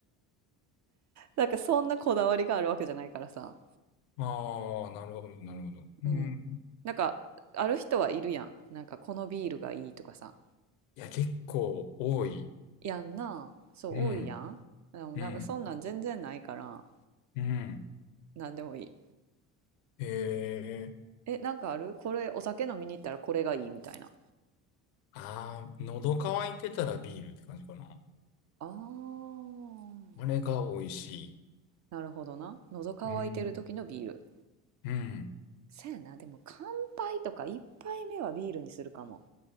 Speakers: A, on the right; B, on the left.
A: なんかそんなこだわりがあるわけじゃないからさ。
B: うん。ああ、なるほど、なるほど。うん。
A: うん。なんかある人はいるやん。なんかこのビールがいいとかさ。
B: いや、結構多い。
A: やんな。そう多いやん。
B: うん、
A: でもなんかそんなん全然ないから、
B: うん、うん。
A: なんでもいい。
B: へえ。
A: え、なんかあるこれお酒飲みに行ったらこれがいいみたいな。
B: ああ、喉乾いてたらビールって感じかな。
A: ああ、
B: あれが美味し
A: なるほどな。喉乾いてる時のビール。
B: い。うん、うん、
A: そやな、でも乾杯とか一杯目はビールにするかも。